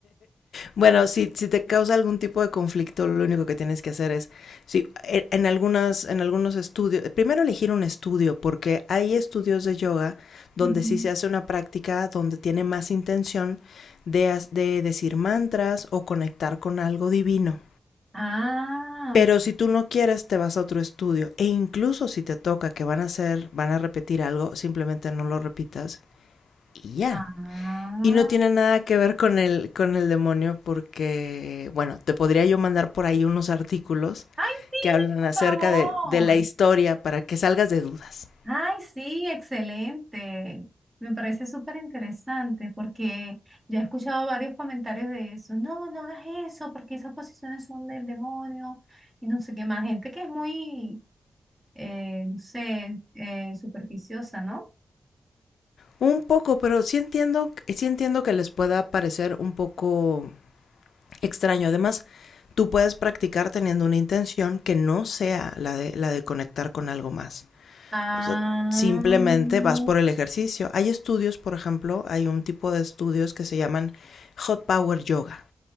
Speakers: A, on the left (about 85°); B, on the right (about 30°).
A: Bueno, si, si te causa algún tipo de conflicto, lo único que tienes que hacer es, si, e- en, algunas, en algunos estudios, primero elegir un estudio, porque hay estudios de yoga donde
B: Ujú.
A: sí se hace una práctica donde tiene más intención de, as- de decir mantras o conectar con algo divino.
B: Ah,
A: Pero
B: ok.
A: si tú no quieres, te vas a otro estudio. E incluso si te toca que van a hacer, van a repetir algo, simplemente no lo repitas y ya.
B: Ah.
A: Y no tiene nada que ver con el, con el demonio porque, bueno, te podría yo mandar por ahí unos artículos
B: Ay, sí,
A: que hablan
B: por
A: acerca
B: favor.
A: de, de la historia para que salgas de dudas.
B: Ay, sí, excelente. Me parece súper interesante porque ya he escuchado varios comentarios de eso. No, no hagas eso porque esas posiciones son del demonio y no sé qué más. Gente que es muy, eh, no sé, eh, superficiosa, ¿no?
A: Un poco, pero sí entiendo, sí entiendo que les pueda parecer un poco extraño. Además, tú puedes practicar teniendo una intención que no sea la de, la de conectar con algo más.
B: Ah,
A: O sea, simplemente vas por el ejercicio. Hay estudios, por ejemplo, hay un tipo de estudios que se llaman hot power yoga.